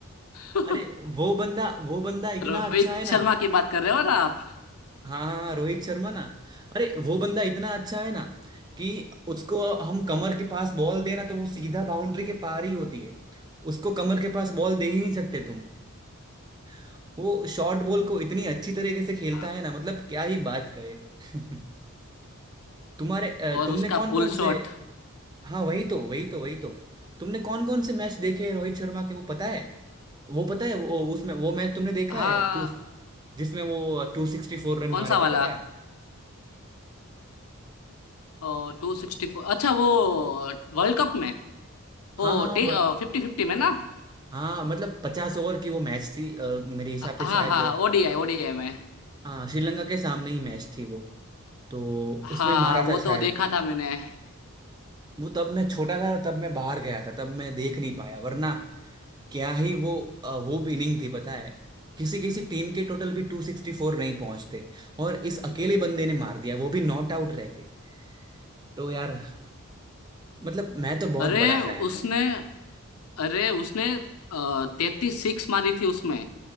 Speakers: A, on the left (about 80°); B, on the right (about 20°).
A: <laughs>
B: अरे वो बंदा वो बंदा इतना
A: रोहित
B: अच्छा है
A: शर्मा
B: ना
A: की बात कर रहे हो ना आप
B: हाँ हाँ हाँ, रोहित शर्मा ना अरे वो बंदा इतना अच्छा है ना कि उसको हम कमर के पास बॉल देना तो वो सीधा बाउंड्री के पार ही होती है उसको कमर के पास बॉल दे ही नहीं सकते तुम <laughs> वो शॉर्ट बॉल को इतनी अच्छी तरीके से खेलता
A: आ,
B: है ना मतलब क्या ही बात करे <laughs> तुम्हारे अ,
A: और
B: तुमने
A: उसका
B: कौन
A: पुल
B: कौन से
A: शॉट
B: हाँ वही तो वही तो वही तो तुमने कौन कौन से मैच देखे हैं रोहित शर्मा के वो पता है वो पता है वो उसमें वो मैच तुमने देखा
A: हाँ
B: है टू जिसमें वो टू सिक्सटी फोर रन
A: कौन
B: मारे
A: सा वाला
B: थे पता है
A: ओ, टू सिक्सटी फोर अच्छा वो वर्ल्ड कप में
B: हाँ
A: ओ
B: हाँ
A: टी फिफ्टी फिफ्टी में ना
B: हाँ मतलब पचास ओवर की वो मैच थी अ, मेरे हिसाब
A: हाँ
B: से
A: हाँ
B: शायद
A: हाँ, ओडीआई ओडीआई में
B: हाँ श्रीलंका के सामने ही मैच थी वो तो
A: हाँ
B: उसमें मारा
A: वो
B: था शायद
A: तो देखा था मैंने
B: वो तब मैं छोटा था और तब मैं बाहर गया था तब मैं देख नहीं पाया वरना क्या ही वो अ, वो भी इनिंग थी पता है किसी किसी टीम के टोटल भी टू सिक्सटी फोर नहीं पहुंचते और इस अकेले बंदे ने मार दिया वो भी नॉट आउट रह के तो यार मतलब मैं तो बहुत
A: अरे
B: बड़ा फैन
A: उसने
B: हूँ
A: अरे उसने तैतीस सिक्स मारी थी उसमें